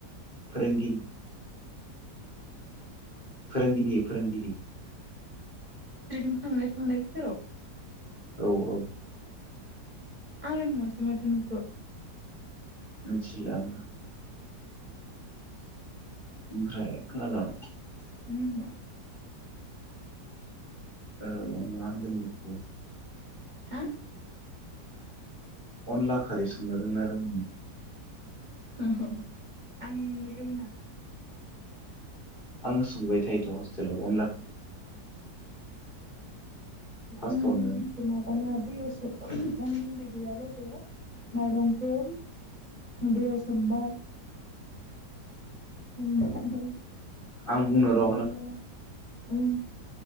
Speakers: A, on the left (about 30°); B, on the right (about 25°).
A: फोरोंगिरि फोरोंगिरि फोरोंगिरि
B: दिनो थांनाय थांनाय बोसोराव
A: औ औ।
B: आंलाय नुवासै माथो नोंखौ।
A: मिथिलाबा ओमफ्राय खोनादों?
B: उम।
A: ओ मा होनगोन?
B: हा।
A: अनला खारै संनो रोंना रों
B: अ। आं रोङा।
A: आङो सोंबाय थायोथ' हस्टेलाव अनलाखौ। फार्स्टआवनो
B: अन गुन्दैखौ लाबाला बैयाव अन उन्दै गैयाब्लाबो माइरंखौ दैयाव सोमबाय। <unintelligible>
A: आं बुंनो र'
B: माबा ओम।